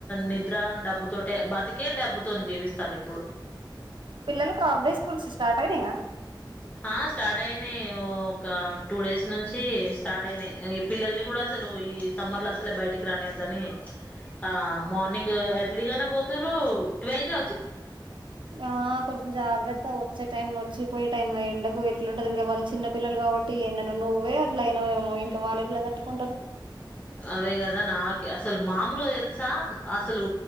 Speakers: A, on the left; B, on the right.
A: నిద్ర డబ్బు డబ్బుతోటే బతికే డబ్బుతో జీవిస్తాది ఇప్పుడు
B: పిల్లలకు ఆఫ్ డే స్కూల్స్ స్టార్ట్ అయినాయా
A: ఆ స్టార్ట్ అయినాయి ఒక టూ డేస్ నుంచి స్టార్ట్ అయినాయి ఈ పిల్లల్ని కూడా అసలు ఈ సమ్మర్ లో అసలే బయటికి రానియద్దని హ మర్నింగ్ ఏర్లిగనే పోతురు టువల్ కె
B: ఆ కొంచెం జాగ్రత్త పో వచ్చే టైమ్ లో వచ్చిపోయే టైంలో ఎండకు ఎట్లా ఉంటుది ఇంకా వాళ్ళ చిన్న పల్లలు కాబట్టి ఎండను నువ్వే అట్లాయినవేమో ఇంకా వాళ్ళు ఎట్లా తట్టుకుంటారు
A: అదే కదా నాకే అసలు మామలుగా తెలుసా అసలు